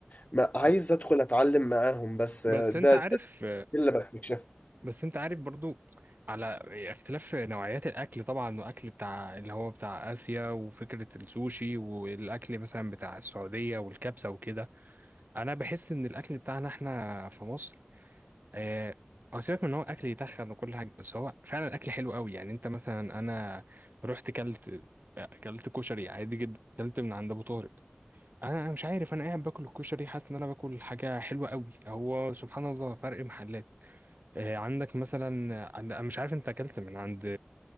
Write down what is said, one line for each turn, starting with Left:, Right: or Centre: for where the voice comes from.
Left: ما عايز
Right: ب-
Left: ادخل اتعلم معاهم بس
Right: بس
Left: آه، ده
Right: انت عارف
Left: ده اللي بستكشفه
Right: بس انت عارف برضو على اختلاف نوعيات الاكل طبعا واكل بتاع اللي هو بتاع اسيا وفكره السوشي والاكل مثلا بتاع السعوديه والكبسه وكده انا بحس ان الاكل بتاعنا احنا في مصر آه، هو سيبك من ان هو اكل يتخن وكل حاجه بس هو فعلا الاكل حلو قوي يعني انت مثلا انا رحت كلت كلت كشري عادي جدا كلت من عند ابو طارق انا أنا مش عارف انا قاعد باكل الكشري حاسس ان انا باكل حاجه حلوه قوي هو سبحان الله فرق محلات آه، عندك مثلا عند أنا مش عارف انت اكلت من عند